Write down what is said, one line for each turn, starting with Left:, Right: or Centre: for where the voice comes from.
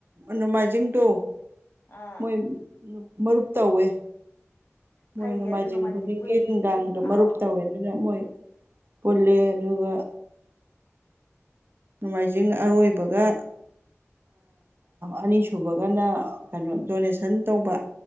Right: ꯅꯣꯡꯃꯥꯏꯖꯤꯡꯗꯣ
Left: ꯑꯥ
Right: ꯃꯣꯏ ꯃꯔꯨꯞ ꯇꯧꯋꯦ ꯃꯣꯏ
Left: ꯐꯩꯌꯦ
Right: ꯅꯣꯡꯃꯥꯏꯖꯤꯡ
Left: ꯑꯗꯨ
Right: ꯈꯨꯗꯤꯡꯒꯤ
Left: ꯃꯣꯏ
Right: ꯅꯨꯡꯗꯥꯡꯗꯣ
Left: ꯑꯥꯎ
Right: ꯃꯔꯨꯞ ꯇꯧꯏ ꯑꯗꯨꯅ ꯃꯣꯏ ꯄꯨꯜꯂꯦ ꯑꯗꯨꯒ ꯅꯣꯡꯃꯥꯏꯖꯤꯡ ꯑꯔꯣꯏꯕꯒ ꯑꯅꯤꯁꯨꯕꯒꯅ ꯀꯩꯅꯣ ꯗꯣꯅꯦꯁꯟ ꯇꯧꯕ